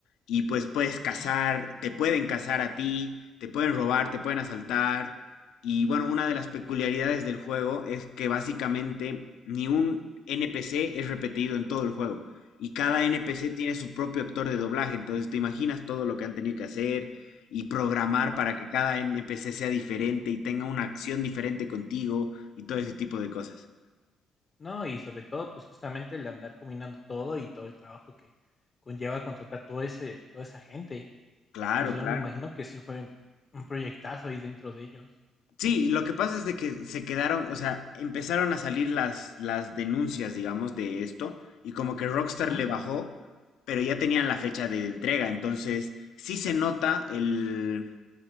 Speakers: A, on the left; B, on the left.
A: Y pues puedes cazar,
B: ujú.
A: te pueden cazar a ti, te pueden robar, te pueden asaltar. Y bueno, una de las peculiaridades del juego es que básicamente ni un NPC es repetido en todo el juego. Y cada NPC
B: Ay,
A: tiene su propio actor de doblaje. Entonces te imaginas todo lo que han tenido que hacer y programar
B: hola.
A: para que cada NPC sea diferente y tenga una acción diferente contigo y todo ese tipo de cosas.
B: No, y sobre todo, pues justamente el andar combinando todo y todo el trabajo que conlleva contratar todo ese, toda esa gente.
A: Claro,
B: Entonces
A: claro.
B: yo me imagino que sí fue un proyectazo ahí dentro de ellos.
A: Sí, lo que pasa es de que se quedaron, o sea, empezaron a salir las, las denuncias, digamos, de esto, y como que Rockstar
B: Ujú,
A: le bajó, pero ya tenían la fecha de entrega, entonces sí se nota el,